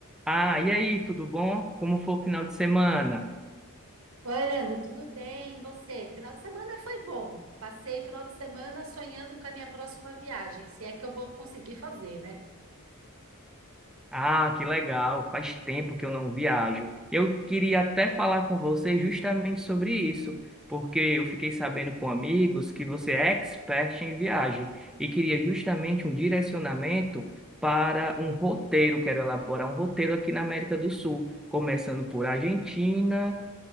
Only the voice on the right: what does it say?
Oi, Leandro, tudo bem? E você? Final de semana foi bom. Passei o final de semana sonhando com a minha próxima viagem, se é que eu vou conseguir fazer, né?